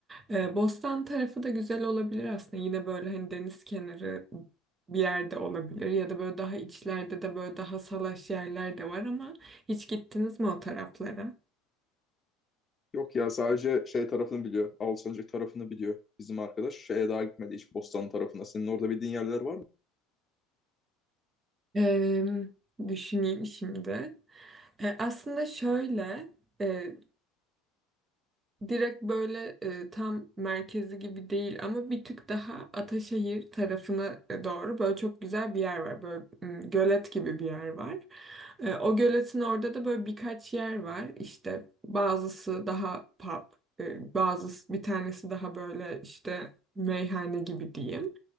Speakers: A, on the right (about 30°); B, on the left (about 30°).
A: E, Bostan tarafı da güzel olabilir aslında. Yine böyle hani deniz kenarı bir yerde olabilir ya da böyle daha içlerde de böyle daha salaş yerler de var ama hiç gittiniz mi o taraflara?
B: Yok ya sadece şey tarafını biliyor. Alsancak tarafını biliyor bizim arkadaş. Şeye daha gitmedi hiç Bostan tarafına. Senin orada bildiğin yerler var mı?
A: E, düşüneyim şimdi. E, aslında şöyle, e, direkt böyle e, tam merkezi gibi değil ama bir tık daha Ataşehir tarafına e, doğru böyle çok güzel bir yer var. Böyle m, gölet gibi bir yer var. E, o göletin orada da böyle birkaç yer var. İşte bazısı daha pub, e, bazısı bir tanesi daha böyle işte meyhane gibi diyeyim.